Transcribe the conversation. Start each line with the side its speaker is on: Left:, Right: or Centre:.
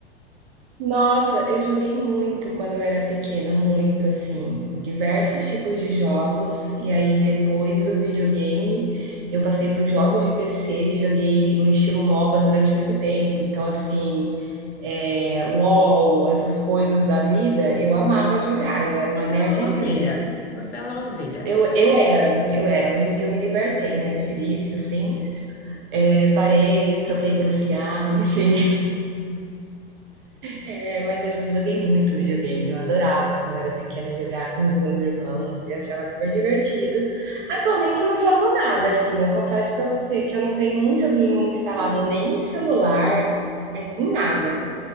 Right: Nossa, eu joguei muito quando eu era pequena, muito assim, diversos tipos de jogos. E aí depois do videogame, eu passei para os jogos de PC, joguei no estilo MOBA durante muito tempo. Então assim, é, LOL, essas coisas da vida, eu amava jogar. Eu era
Left: Você
Right: uma nerdzinha.
Left: é louzeira. Você é louzeira.
Right: Eu, eu era, eu era. Hoje em dia eu me libertei, né, desse vício, assim. É, parei, troquei pelo cigarro, <laughs> enfim. É, mas eu já joguei muito videogame. Eu adorava quando eu era pequena jogar com os meus irmãos. Eu achava super divertido. Atualmente eu não jogo nada, assim. Eu confesso pra você que eu não tenho um joguinho instalado nem em celular, em nada.